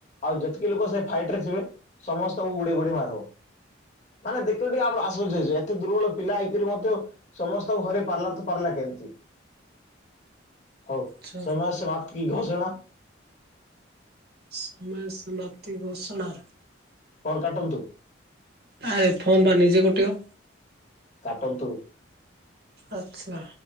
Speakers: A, on the left (about 35°); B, on the right (about 50°).
A: ଆଉ ଯେତିକି ଲୋକ ସେ ଫାଇଟ୍ ରେ ଥିବେ ସମସ୍ତଙ୍କୁ ଗୁଡ଼େଇ- ଗୁଡ଼େଇ ମାରିବ, ମାନେ ଦେଖିଲ ଟିକେ ଆମର ଆସୁଛି ଯେହେତୁ ଦୁର୍ବଳ ପିଲା ହେଇକରି ମଧ୍ୟ, ସମସ୍ତଙ୍କୁ ଘରେ ପାରିଲା ତ ପାରିଲା କେମିତି, ହଉ
B: ଆଚ୍ଛା
A: ସମୟ ସମାପ୍ତି କି ଘୋଷଣା,
B: ସମୟ ସମାପ୍ତି ଘୋଷଣା,
A: କଲ୍ କାଟନ୍ତୁ,
B: ଆରେ ଫୋନ୍ ବା ନିଜେ କଟିବ,
A: କାଟନ୍ତୁ,
B: ଆଚ୍ଛା,